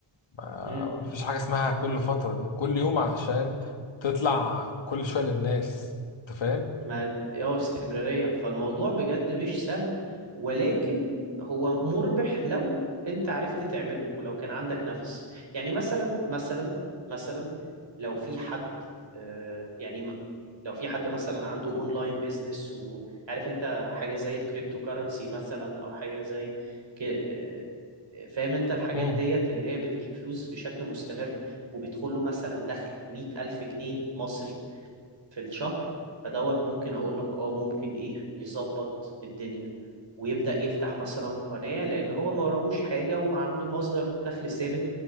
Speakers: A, on the left; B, on the right.
A: ما
B: امم
A: ما فيش حاجه اسمها كل فتره دي كل يوم عشان تطلع كل شويه للناس انت فاهم؟
B: ما اه استمرارية فالموضوع بجد مش سهل ولكن هو مربح لو انت عرفت تعمله ولو كان عندك نفس يعني مثلا مثلا مثلا لو في حد آه، يعني لو في حد مثلا عنده اونلاين بيزنس وعارف انت حاجة زي الكريبتو كارنسي مثلا او حاجة زي ك... آه، فاهم انت الحاجات
A: مم.
B: ديت اللي هي بتجيب فلوس بشكل مستمر وبيدخل له مثلا دخل مية ألف جنيه مصري في الشهر فدوت ممكن اقول لك اه ممكن ايه يظبط الدنيا ويبدأ يفتح مثلا قناة لان هو ما وراهوش حاجة وعنده مصدر دخل ثابت